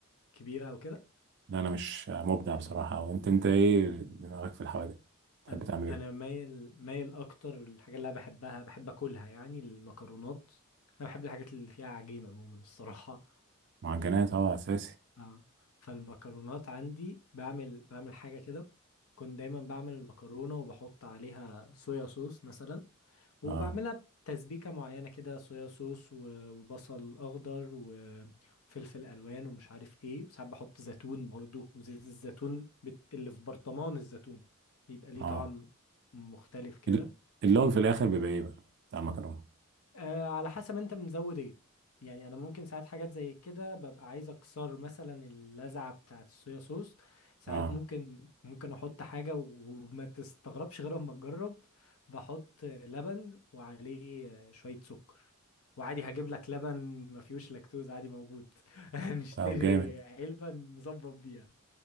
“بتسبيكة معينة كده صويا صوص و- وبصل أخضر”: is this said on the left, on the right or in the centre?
Left